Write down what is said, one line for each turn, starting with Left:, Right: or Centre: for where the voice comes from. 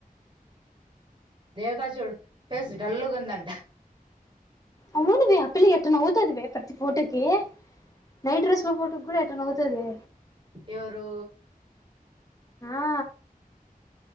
Right: దేవక చూడు ఫేస్ డల్లుగుందంట
Left: అవునువె అప్పిల్ల ఎట్ట నవుతాదివే ప్రతి ఫోటోకి నైట్ డ్రెస్ ఫోటో కూడా ఎట్టనవుతదే
Right: ఎవరు
Left: ఆ